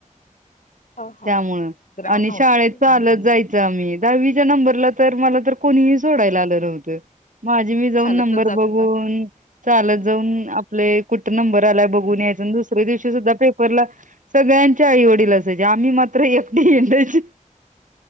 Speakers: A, on the left; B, on the right.
A: हा हा
B: त्यामुळं
A: ग्राउंड
B: आणि
A: नव्हत
B: शाळेत चालत जायच आम्ही दहावीच्या नंबरला तर मला तर कोणीही सोडायला आलं नव्हतं माझी मी जाऊन
A: चालतच
B: नंबर
A: जात
B: बघून
A: होता
B: चालत जाऊन आपले कुठ नंबर आलाय बघून यायचा दुसऱ्या दिवशी सुद्धा पेपरला सगळ्यांच्या आई वडील असायचे आम्ही मात्र एकटी असायची